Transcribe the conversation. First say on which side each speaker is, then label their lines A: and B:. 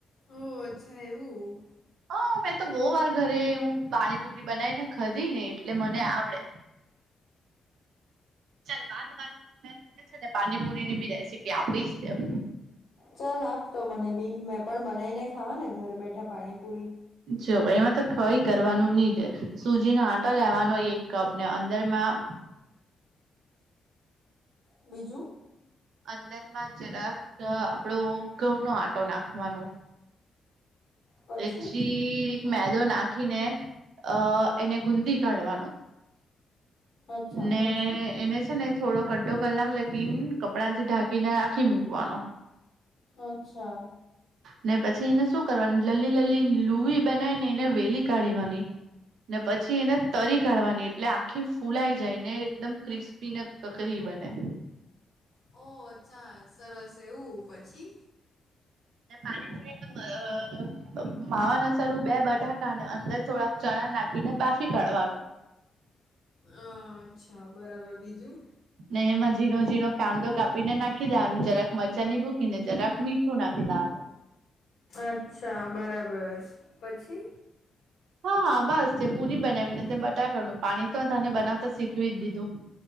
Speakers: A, on the left; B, on the right.
A: ઓ અચ્છા એવું.
B: હા. મેં તો બહુ વાર ઘરે એવું પાણીપુરી બનાઈ ને ખધી ને એટલે મને આવડે. ચલ વાતવાતમા મે તને છે ને પાણીપુરી ની બી રેસીપી આપી જ દેવ.
A: ચાલ આપ તો મને બી. મેં પણ બનાઈને ખાવા ને ઘર બેઠા પાણીપુરી.
B: જો એમાં તો કંઈ કરવાનું ની સુજી ના આટા લેવાનો એક કપ ને અંદરમાં
A: બીજું?
B: અંદરમાં જરાક આપણો ઘઉં નો આંટો નાખવાનો.
A: પછી
B: ને જીરીક મેદો નાખીને અહ એને ગુંદી કાઢવાનો.
A: અચ્છા
B: ને
A: પછી
B: એને છે ને થોડો અધો કલાક લગીન, કપડાં થી ઢાંકીને રાખી મૂકવાનો.
A: અચ્છા.
B: ને પછી એને શું કરવાનું, લલી-લલી લુહી બનાઈ ને એને વેલી કાઢીવાની. ને પછી એને તળી કાઢવાની. એટલે આ ખી ફૂલાઈ જાય, ને એકદમ ક્રિસ્પી ને કકરી બને.
A: ઓહ! અચ્છા. સરસ. એવું? પછી?
B: ને પાણીપુરીનો અહ માવાના સારું બે બટાકા ને અંદર થોડાક ચણા નાખીને બાફી કાઢવાનું.
A: અહ અચ્છા. બરાબર. બીજું?
B: ને એમાં ઝીણો-ઝીણો કાંદો કાપીને નાખી દેવાનું, જરાક મરચા ની ભૂકી, ને જરાક મીઠ ઠું નાખી દેવાનું.
A: અચ્છા. બરાબર. પછી?
B: હા બસ. જે પુરી બનાવીને તે બટાકાનું પાણી તો મેં તને બનાવતા શીખવી જ દીધું.